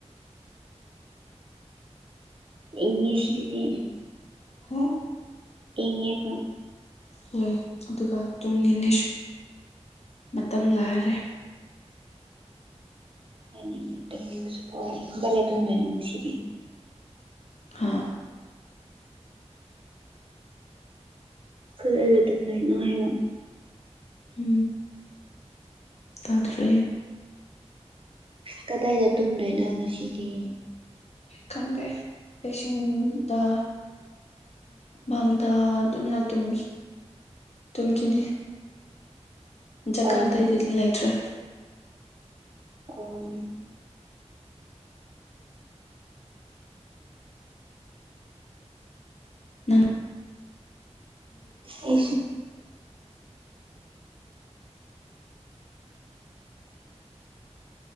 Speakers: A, on the right (about 50°); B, on the left (about 65°).
A: ꯏꯪꯂꯤꯁ ꯁꯤꯗꯤ
B: ꯍ
A: ꯏꯉꯦ ꯄ
B: ꯑꯣꯏ ꯑꯗꯨꯒ ꯇꯨꯡ ꯅꯤꯁ ꯃꯇꯝ ꯂꯥꯏꯔꯦ <unintelligible>
A: ꯍꯥꯏꯅꯤ ꯇꯝꯅꯤꯡꯕꯁꯨ ꯐꯥꯎꯦ ꯒꯥꯔꯤ ꯑꯗꯨꯝꯗꯣꯏꯅꯣ ꯃꯨꯁꯤꯗꯤ
B: ꯍꯥꯥ
A: ꯀꯂꯁꯨ ꯑꯗꯨꯝ ꯂꯩꯅꯣ ꯍꯥꯏꯕ
B: ꯎꯝ ꯇꯥꯗꯔꯦꯦ
A: ꯀꯗꯥꯏꯗ ꯇꯨꯝꯗꯣꯏꯅꯣ ꯉꯁꯤꯗꯤ
B: ꯈꯪꯗꯦ ꯄꯦꯁꯤꯡꯗ ꯃꯝꯗ ꯑꯗꯨꯝꯅ ꯇꯨꯝ ꯇꯨꯡꯒꯤꯅꯤ ꯖꯒꯥ
A: ꯑꯥ ꯑꯣ
B: ꯑꯇꯩꯗꯤꯗꯤ ꯂꯩꯇ꯭ꯔꯦ
A: ꯑ
B: ꯎ
A: ꯑ